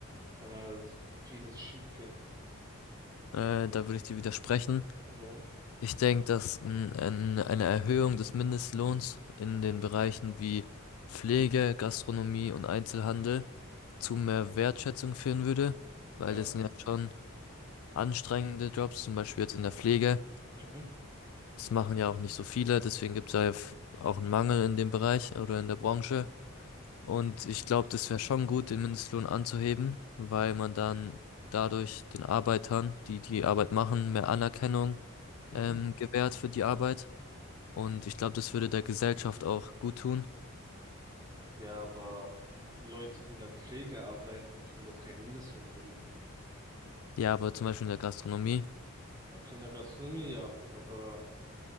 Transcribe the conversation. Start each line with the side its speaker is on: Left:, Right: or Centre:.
Right: kann halt vieles schief gehen.
Left: Äh, da würde ich dir widersprechen.
Right: Und warum?
Left: Ich denke, dass n- ein, eine Erhöhung des Mindestlohns in den Bereichen wie Pflege, Gastronomie und Einzelhandel zu mehr Wertschätzung führen würde,
Right: Okay.
Left: weil das sind ja schon anstrengende Jobs, zum Beispiel jetzt in der Pflege.
Right: Mhm.
Left: Das machen ja auch nicht so viele, deswegen gibt es ja f- auch einen Mangel in dem Bereich oder in der Branche. Und ich glaube, das wäre schon gut, den Mindestlohn anzuheben, weil man dann dadurch den Arbeitern, die die Arbeit machen, mehr Anerkennung
Right: Mhm.
Left: ähm, gewährt für die Arbeit. Und ich glaube, das würde der Gesellschaft auch gut tun.
Right: Ja, aber Leute, die in der Pflege arbeiten, tun doch keinen Mindestlohn verdienen.
Left: Ja, aber zum Beispiel in der Gastronomie
Right: Ja, Kindergastronomie, ja, aber